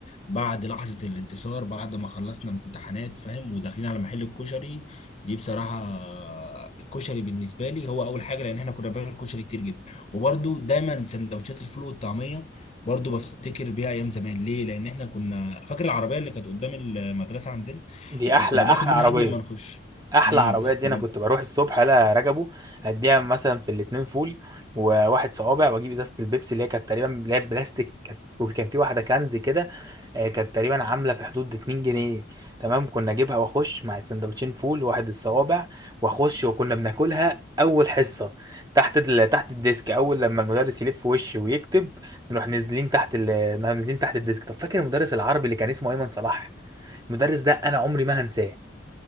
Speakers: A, on the left; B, on the right.
A: بعد لحظة الانتصار بعد ما خلصنا امتحانات فاهم وداخلين على محل الكشري دي بصراحة الكشري بالنسبة لي هو اول حاجة لان احنا كنا بناكل كشري كتير جدا وبرده دايما سندوتشات الفول والطعمية برضه بفتكر بيها ايام زمان ليه لان احنا كنا فاكر العربية اللي كانت قدام المدرسة عندنا
B: دي
A: آه،
B: احلى
A: كنا
B: احلى
A: بناكل منها
B: عربيه
A: قبل ما نخش
B: احلى
A: امم
B: عربيه دي
A: كنا
B: انا كنت بروح الصبح الا رجبه اديها مثلا في الاتنين فول وواحد صوابع واجيب ازازه البيبسي اللي هي كانت تقريبا اللي هي بلاستيك كانت وكان في واحده كنز كده آه، كانت تقريبا عامله في حدود 2 جنيه تمام كنا اجيبها واخش مع السندوتشين فول واحد الصوابع واخش وكنا بناكلها اول حصه تحت ال... تحت الديسك اول لما المدرس يلف وشي ويكتب نروح نازلين تحت ال... نازلين تحت الديسك طب فاكر المدرس العربي اللي كان اسمه ايمن صلاح المدرس ده انا عمري ما هنساه